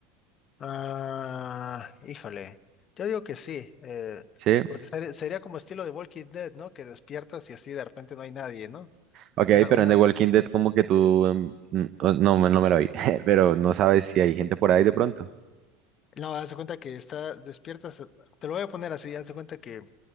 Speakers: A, on the left; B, on the right.
A: Ah, híjole. Yo digo que sí, eh,
B: Sí.
A: porque ser- sería como estilo de Walking Dead, ¿no? Que despiertas y así de repente no hay nadie, ¿no?
B: Ok,
A: Una,
B: pero
A: una...
B: en The Walking Dead como que tú... em, mm, o- no, me- no me lo vi, <laughs> pero no sabes si hay gente por ahí de pronto.
A: No, haz de cuenta que está, despiertas, te lo voy a poner así, haz de cuenta que,